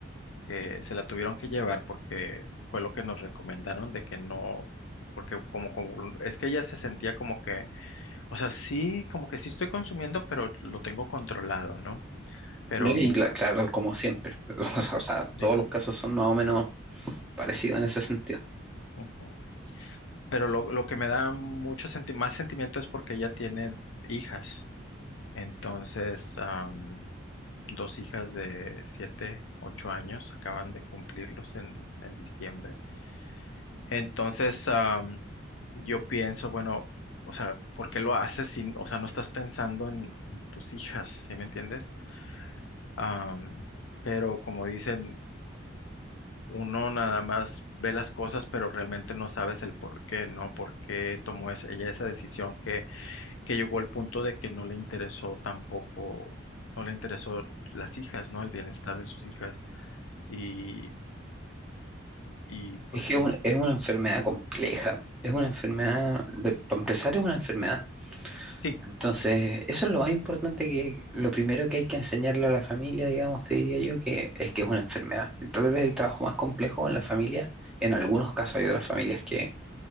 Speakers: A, on the left; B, in the centre.
A: que se la tuvieron que llevar porque fue lo que nos recomendaron de que no, porque como, como es que ella se sentía como que, o sea, sí, como que sí estoy consumiendo, pero lo tengo controlado, ¿no? Pero
B: Y
A: nunca,
B: la- claro, como siempre, <laughs> o sea, todos
A: sí.
B: los casos son más o menos parecidos en ese sentido.
A: ujú. Pero lo, lo que me da mucho senti- más sentimiento es porque ella tiene hijas, entonces, am, dos hijas de siete, ocho años acaban de cumplirlos en, en diciembre. Entonces, am, yo pienso, bueno, o sea, ¿por qué lo haces si, o sea, no estás pensando en, en tus hijas, ¿sí me entiendes? Am, pero como dicen, uno nada más ve las cosas, pero realmente no sabes el por qué, ¿no? ¿Por qué tomó es- ella esa decisión que, que llegó al punto de que no le interesó tampoco, no le interesó las hijas, ¿no? El bienestar de sus hijas. Y, y
B: Es
A: pues
B: que
A: sí,
B: es un-
A: este,
B: es una enfermedad compleja, es una enfermedad, de- para empezar, es una enfermedad
A: sí,
B: Entonces, eso es lo más importante que lo primero que hay que enseñarle a la familia, digamos, te diría yo, que es que es una enfermedad. Tal vez el trabajo más complejo en la familia, en algunos casos hay otras familias que